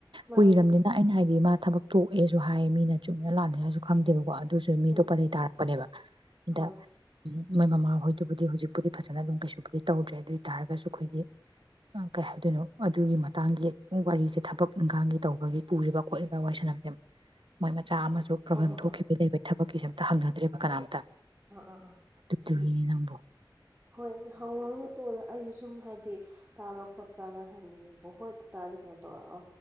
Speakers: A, on the right (about 20°); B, on the right (about 85°).
A: ꯃꯥꯅꯦ
B: ꯀꯨꯏꯔꯕꯅꯤꯅ
A: ꯃꯥꯅꯦ
B: ꯑꯩꯅ ꯍꯥꯏꯗꯤ ꯃꯥ ꯊꯕꯛꯛꯇꯣꯛꯑꯦꯁꯨ ꯍꯥꯏ ꯃꯤꯅ ꯆꯨꯃꯤꯅ ꯂꯥꯅꯤꯅꯁꯨ ꯈꯪꯗꯦꯕꯀꯣ ꯑꯗꯨ ꯑꯗꯨꯁꯨ ꯃꯤ
A: ꯎꯝ
B: ꯑꯇꯣꯞꯄꯗꯒꯤꯩ ꯇꯥꯔꯛꯄꯅꯦꯕ ꯑꯗ
A: ꯍꯣꯏ
B: ꯎ ꯃꯣꯏ ꯃꯃꯥ ꯍꯣꯏꯗꯨꯕꯨꯗꯤ ꯍꯧꯖꯤꯛꯄꯨꯗꯤ ꯐꯖꯅ ꯑꯗꯨꯝ ꯀꯩꯁꯨꯕꯨꯗꯤ ꯇꯧꯗ꯭ꯔꯦ ꯑꯗꯨ ꯑꯣꯏ ꯇꯥꯔꯒꯁꯨ ꯑꯩꯈꯣꯏꯒꯤ ꯀꯩ ꯍꯥꯏꯗꯣꯏꯅꯣ ꯑꯗꯨꯒꯤ ꯃꯇꯥꯡꯒꯤ ꯋꯥꯔꯤꯁꯦ ꯊꯕꯛ ꯏꯪꯈꯥꯡꯒꯤ ꯇꯧꯕꯒꯤ ꯄꯨꯔꯤꯕ ꯈꯣꯠꯂꯤꯕ ꯋꯥꯔꯤ ꯁꯥꯟꯅꯕꯁꯦ ꯃꯣꯏ ꯃꯆꯥꯥ ꯑꯃꯁꯨ ꯄ꯭ꯔꯣꯕ꯭ꯂꯦꯝ
A: ꯍꯣꯏ ꯍꯣꯏ
B: ꯊꯣꯛꯈꯤꯕꯒꯤ
A: ꯍꯣꯏ
B: ꯂꯩꯕ ꯊꯕꯛ ꯀꯁꯦꯝꯇ ꯍꯪꯅꯗ꯭ꯔꯤꯕ ꯀꯅꯥꯝꯇ
A: ꯑ ꯑꯥ ꯑ
B: ꯑꯗꯨꯒꯤꯅꯤ ꯅꯝꯕꯣ
A: ꯍꯣꯏ ꯍꯧꯔ ꯅ ꯇꯣ ꯑꯩꯁꯨ ꯁꯨꯝ ꯍꯥꯏꯗꯤ ꯇꯥꯕ꯭ꯔꯥ ꯈꯣꯠꯄ ꯄ ꯍꯪꯒꯅꯤ ꯇꯥꯔꯤꯐ ꯃꯠꯇ ꯇꯣꯛꯑꯣ